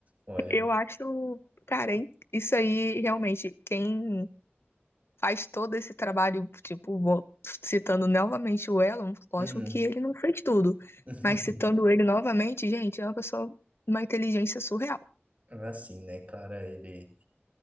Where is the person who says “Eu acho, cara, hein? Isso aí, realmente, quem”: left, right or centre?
Left